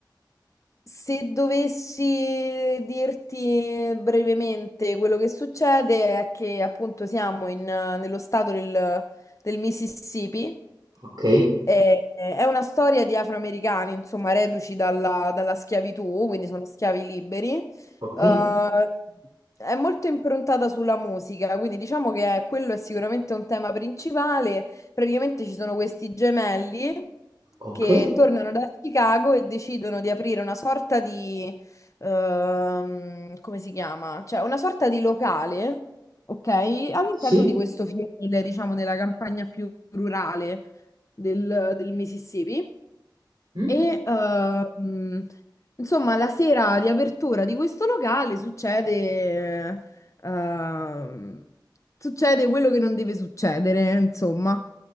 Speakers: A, on the left; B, on the right.
A: Se dovessi dirti brevemente quello che succede è che appunto siamo in, nello stato del, del Mississippi.
B: Ok,
A: È, è una storia di afroamericani, insomma, reduci dalla, dalla schiavitù, quindi sono schiavi liberi.
B: ok,
A: Eh, è molto improntata sulla musica, quindi diciamo che quello è sicuramente un tema principale. Praticamente ci sono questi gemelli
B: ok.
A: che tornano da Chicago e decidono di aprire una sorta di, ehm, come si chiama? Cioè una sorta di locale, ok? All'interno
B: Sì?
A: di questo fiele, diciamo, della campagna più rurale del, del Mississippi.
B: Mm?
A: E ehm, insomma, la sera di apertura di questo locale succede, ehm, succede quello che non deve succedere, insomma.